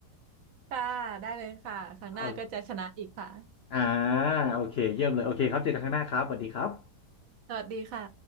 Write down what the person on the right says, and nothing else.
<laughs> ค่ะได้เลยค่ะครั้งหน้าก็จะชนะอีกค่ะ
สวัสดีค่ะ